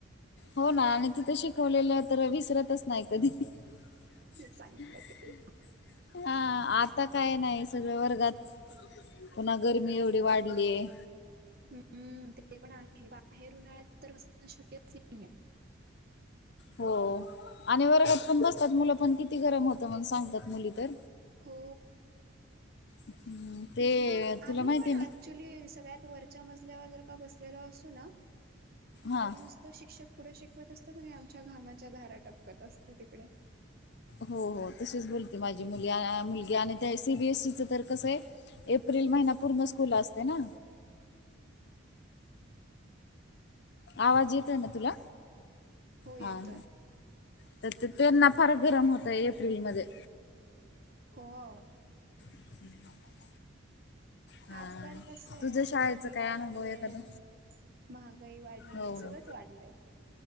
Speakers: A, on the left (about 55°); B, on the right (about 50°).
A: हो ना आणि तिथं शिकवलेलं तर विसरतच नाही कधी. <unintelligible>
B: चांगलं ते
A: हा आता काय नाही, सगळं वर्गात पुन्हा गर्मी एवढी वाढलीये.
B: हुं.. ते पण आहे बाहेर उन्हाळ्यात तर बसणं शक्यच नाहीे.
A: हो आणि वर्गात पण बसतात मुलं, पण किती गरम होतं म्हणून सांगत्यात मुली तर.
B: हो,
A: हम्म ते
B: नुसता
A: तुला
B: आम्हीं
A: माहिती
B: पण
A: आहे ना
B: आ क्चुली सगळ्यात वरच्या मजल्यावर जर का बसलेलो असतो ना
A: हा
B: तर नुस नुसतं शिक्षक पुढे शिकवत असतात आणि आमच्या घामाच्या धारा टपकत असतात इकडे.
A: हो, हो. तशीच बोलते माझी मुली मुलगी आणि त्या सी बी एसी च तर कसंय एप्रिल महिना पूर्ण स्कूल असतयं ना. आवाज येतोय ना तुला?
B: हो येतोय
A: हा, ह त तर त्येंना फार गरम होतंय एप्रिलमध्ये.
B: हो आवो.
A: <inaudible> हा
B: आजकाल कसंय
A: तुझं शाळेचा
B: गरमी
A: काय
B: वाढलीये.
A: अनुभव आहे एखादा
B: महागाई वाढलीये,
A: हो
B: सगळंच
A: हो
B: वाढलंय.